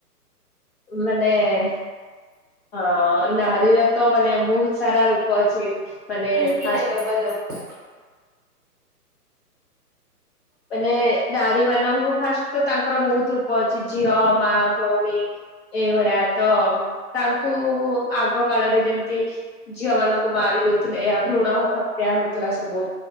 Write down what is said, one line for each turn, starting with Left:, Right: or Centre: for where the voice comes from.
Left: ମାନେ ହଁ, ନାରୀ ର ତ ମାନେ ବହୁତ ସାରା ରୂପ ଅଛି। <inaudible>
Right: କେମତି
Left: ଫାଷ୍ଟ
Right: ନ ଦବା ଦରକାର।
Left: ମାନେ ନାରୀ ମାନଙ୍କୁ ଫାଷ୍ଟ ତ ତାଙ୍କର ବହୁତ ରୂପ ଅଛି ଝିଅ ମା ଭଉଣୀ। ଏଇଭଳିଆ, ତ ତାଙ୍କୁ ଆଗ କାଳରେ ଯେମିତି ଝିଅ ମାନଙ୍କୁ ମାରି ଦଉଥିଲେ ଏହା ଭ୍ରୁଣ ହତ୍ୟା ହଉଥିଲା ସବୁ।